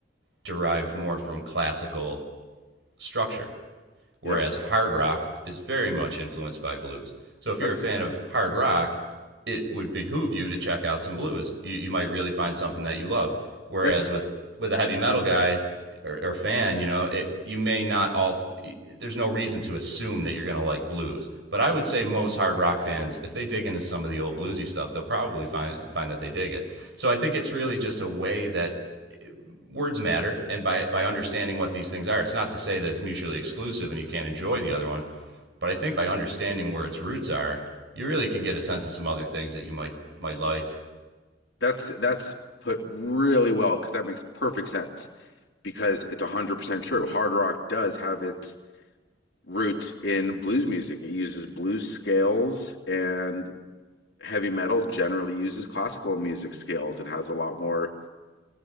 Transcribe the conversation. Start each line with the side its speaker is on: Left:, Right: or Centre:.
Right: derived more from classical structure, whereas
Left: Yeah.
Right: hard rock is very much influenced by blues. So if
Left: That's
Right: you're a fan of hard rock, it would behoove you to check out some blues. You, you might really find something that you love. Whereas
Left: that's
Right: with with a heavy metal guy or, or fan, you know, it, you may not all. There's no reason to assume that you're going to like blues. But I would say most hard rock fans, if they dig into some of the old bluesy stuff, they'll probably find find that they dig it. So I think it's really just a way that words matter and by by understanding what these things are it's not to say that it's mutually exclusive and you can't enjoy the other one but i think by understanding where its roots are you really can get a sense of some other things that you might might like
Left: that's that's put really well because that makes perfect sense because it's 100% true. Hard rock does have its roots in blues music. It uses blues scales, and heavy metal generally uses classical music scales. It has a lot more